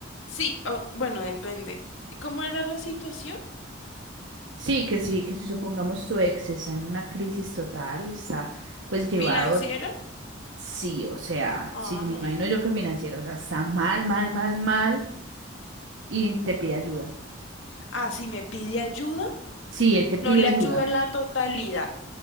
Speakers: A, on the left; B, on the right.
A: Sí, o- bueno, depende. ¿Cómo era la situación
B: Sí, que sí, que si supongamos su ex está en una crisis total, está pues llevado,
A: financiera?
B: sí, o sea,
A: Ah,
B: sí, me
A: no,
B: imagino yo que financiero, o sea, está mal, mal, mal, mal y te pide
A: no.
B: ayuda.
A: Ah, si me pide ayuda,
B: Sí, él te
A: no
B: pide
A: le
B: ayuda,
A: ayudo en la totalidad.